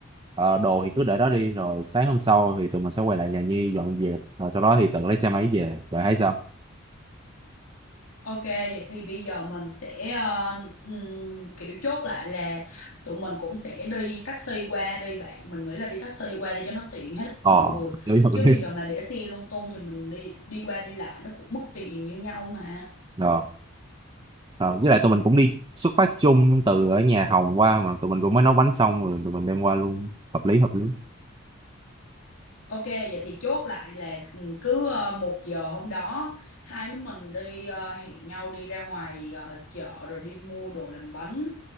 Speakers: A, on the right; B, on the left.
A: Ờ, đồ thì cứ để đó đi rồi sáng hôm sau thì tụi mình sẽ quay lại nhà Nhi dọn dẹp rồi sau đó thì tự lấy xe máy về rồi thấy sao?
B: ok vậy thì bây giờ mình sẽ ờ, ừm, kiểu chốt lại là tụi mình cũng sẽ đi taxi qua đi bạn mình nghĩ là đi taxi qua đi cho nó tiện hết
A: Ờ,
B: mọi
A: <laughs>
B: người
A: Đấy hợp
B: chứ
A: lý.
B: bây
A: rồi.
B: giờ mà để xe lung tung thì mình đi đi qua đi lại nó cũng mất tiền như nhau mà
A: Ờ, ờ, với lại tụi mình cũng đi xuất phát chung từ ở nhà Hồng qua mà tụi mình cũng mới nấu bánh xong rồi tụi mình đem qua luôn hợp lý hợp lý
B: Ok, vậy thì chốt lại là ừ, cứ ờ, một giờ hôm đó hai đứa mình đi ờ, hẹn nhau đi ra ngoài ờ, chợ rồi đi mua đồ làm bánh